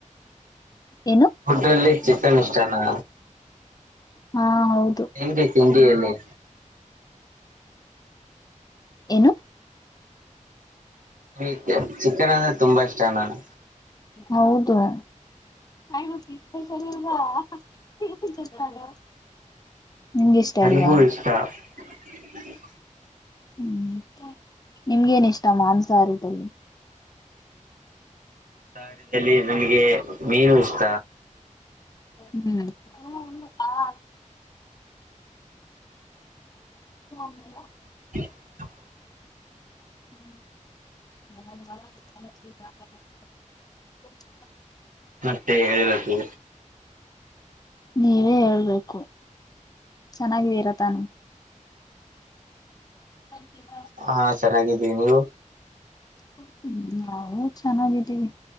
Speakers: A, on the left; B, on the right.
A: ಏನು
B: ಫುಡ್ ಅಲ್ಲಿ ಚಿಕನ್ ಇಷ್ಟನಾ
A: ಹಾ ಹೌದು
B: ಏನ್ ಬೇಕ್ ತಿಂಡಿ ಎಲ್ಲಿ
A: ಏನು
B: ಈ ಚಿಕನ್ ಅಂದ್ರೆ ತುಂಬಾ ಇಷ್ಟ ನಾನು
A: ಹೌದು <unintelligible> ಇಷ್ಟ
B: ನನ್ಗೂ
A: ಇಲ್ವಾ
B: ಇಷ್ಟ <unintelligible>
A: ಹ್ಮ್ ನಿಮ್ಗೆ ಏನ್ ಇಷ್ಟ ಮಾಮ್ಸ್ ಸಾರಿ ತಲ್ಲಿ
B: ಸಾವಿರದಲ್ಲಿ ನನ್ಗೆ ಮೀನು ಇಷ್ಟ
A: ಹ್ಮ್ ಹು ಹಾ <unintelligible>
B: <unintelligible>
A: <unintelligible>
B: ಮತ್ತೆ ಹೇಳ್ಬೇಕು
A: ನೀವೇ ಹೇಳ್ಬೇಕು ಚೆನ್ನಾಗಿದ್ದೀರ ತಾನು <unintelligible>
B: ಹಾ ಚೆನ್ನಾಗಿದ್ದೀವ್ ನೀವು
A: ಹ್ಮ ನಾವು ಚೆನ್ನಾಗಿದ್ದೀವಿ